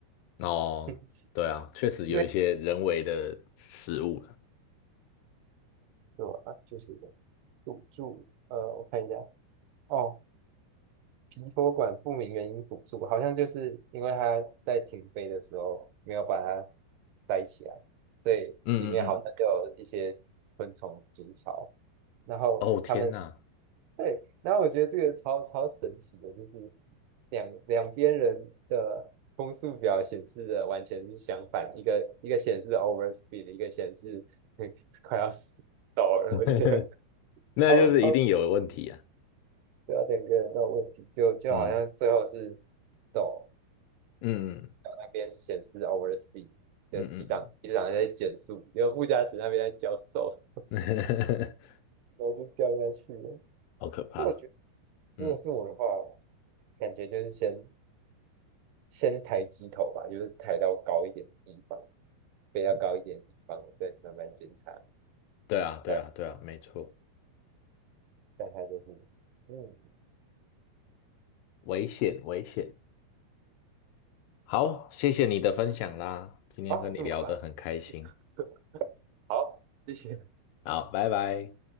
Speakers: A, on the left; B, on the right.
A: 哦，
B: <laughs>
A: 对啊，确实有一些人为的失误了。
B: 因为什么啊？就是赌注，呃，我看一下，哦，皮托管不明原因堵住，好像就是因为他在停飞的时候没有把它塞起来，所以里面好像就有一些昆虫筑巢，
A: 嗯嗯
B: 然后他们
A: 嗯，哦天哪，
B: <laughs> 对，然后我觉得这个超超神奇的，就是两两边人的攻速表显示的完全是相反，一个一个显示 overspeed，一个显示 <laughs> 快要死到了，
A: <laughs>
B: 我觉得
A: 那就是一定有问题啊。
B: 超超对啊，两个人都有问题，就就好像最后是
A: 嗯
B: stall
A: 嗯嗯
B: 那边显示 overspeed 的机长机长在减速，
A: 嗯
B: 然后副驾驶那边在教 stall，
A: 嗯，嗯 <laughs>
B: 然后就掉下去了。
A: 好可怕。
B: 那我觉得如果是我的话，
A: 嗯，
B: 感觉就是先。先抬机头吧，就是抬到高一点的地方，飞到高一点的地方，再慢慢检查。
A: 对啊对啊对啊，
B: 但
A: 没错，
B: 但它就是，嗯
A: 危险危险。好，谢谢你的分享啦，今天跟你聊得很开心。
B: 好，哦那么快，<laughs> 好，谢谢。
A: 好，拜拜。